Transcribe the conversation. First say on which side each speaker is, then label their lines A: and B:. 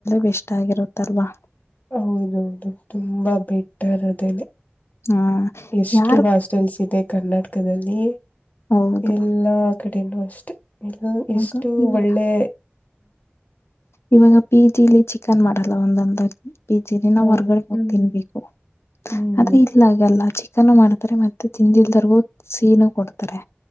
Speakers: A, on the left (about 80°); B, on the left (about 40°).
A: ಬೆಷ್ಟ ಆಗಿರುತ್ತಲ್ವಾ
B: ಹೌದೌದು ತುಂಬಾ ಬೆಟ್ಟರ್ ಅದೇನೆ
A: ಹ
B: ಎಷ್ಟು
A: ಯಾರು
B: ಹಾಸ್ಟೆಲ್ಸ್ ಇದೆ ಕರ್ನಾಟಕದಲ್ಲಿ
A: ಹೌದು
B: ಎಲ್ಲಾ ಕಡೆನೂ ಅಷ್ಟೆ
A: ಹೌದು
B: ಎಷ್ಟು
A: ಇವಾಗ
B: ಒಳ್ಳೆ
A: ಇವಾಗ ಪಿ ಜಿಲಿ ಚಿಕನ್ ಮಾಡಲ್ಲ ಒಂದೊಂದಾಗಿ ಪಿಜಿ ನಾವು
B: ಹಾ
A: ಹೊರ್ಗಡೆ ಹೋಗ್
B: ಹ್ಮ್
A: ತಿನ್ಬೇಕು
B: ಹ್ಮ್
A: ಆದ್ರೆ ಇಲ್ಲಗಲ್ಲ ಮಾಡ್ತಾರೆ ಮತ್ತೆ <unintelligible> ಕೊಡ್ತಾರೆ